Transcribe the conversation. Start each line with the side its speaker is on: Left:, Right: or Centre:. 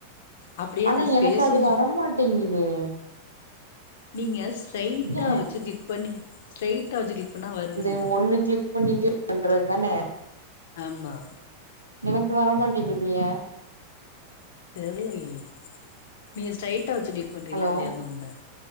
Left: அப்டியே
Right: ஆனா
Left: அந்த ஸ்பேஸு
Right: எனக்கு அது வரமாட்டேங்குதே
Left: நீங்க ஸ்ட்ரெய்ட்டா
Right: ஏ
Left: வச்சு கிளிக் பண்ணி ஸ்ட்ரெய்ட்டா வச்சு கிளிக் பண்ணா வருதுங்க
Right: இந்த ஒண்ணு கிளிக் பண்ணிட்டு பண்றத் தான
Left: ஆமா
Right: எனக்கு வரமாட்டேங்குதே
Left: தெர்லயே நீங்க ஸ்ட்ரைட்டா வச்சு டீ பண்றீங்ளா
Right: ஹலோ
Left: இல்லயா அந்த ஒன்ன